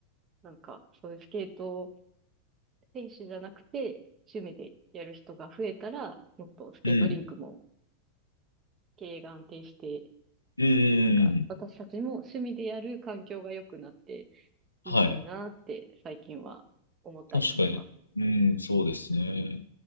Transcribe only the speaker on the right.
なんかそういうスケート選手じゃなくて、趣味でやる人が増えたら、もっとスケートリンクも
経営が安定して、
なんか私たちも趣味でやる環境が良くなって
いいのになーって最近は思ったりしてます。